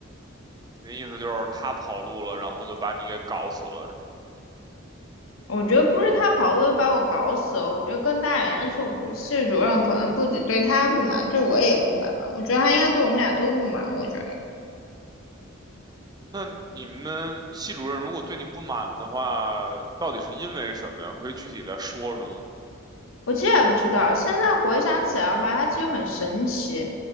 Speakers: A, on the right; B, on the left.
A: 那意思就是他跑路了，然后就把你给搞死了。
B: 我觉得不是他跑步就把我搞死了，我觉得更大原因是我们系主任可能不仅对他不满，对我也不满吧。我觉得他应该对我们俩都不满。我觉得
A: 那你们系主任如果对你不满的话，到底是因为什么呀？可以具体再说什么？
B: 我其实也不知道，现在回想起来的话，他其实很神奇。